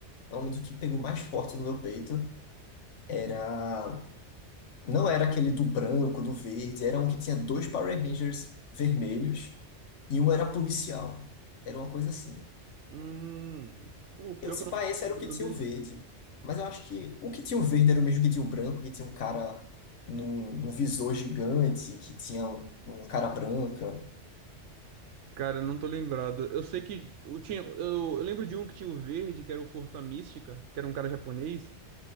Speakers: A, on the left; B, on the right.
A: pelo menos o que pegou mais forte no meu peito, era Não era aquele do branco, do verde, era um que tinha dois Power Rangers vermelhos e um era policial. Era uma coisa assim.
B: Hum, pô, pior
A: Eu, se
B: que eu não
A: pá, esse
B: tô lembrando
A: era o que tinha
B: desse.
A: o verde. Mas eu acho que o que tinha o verde era o mesmo que tinha o branco, que tinha um cara num, num visor gigante, que tinha um, um cara branca.
B: Cara, não tô lembrado. Eu sei que eu tinha, eu, eu lembro de um que tinha o verde, que era o Força Mística, que era um cara japonês,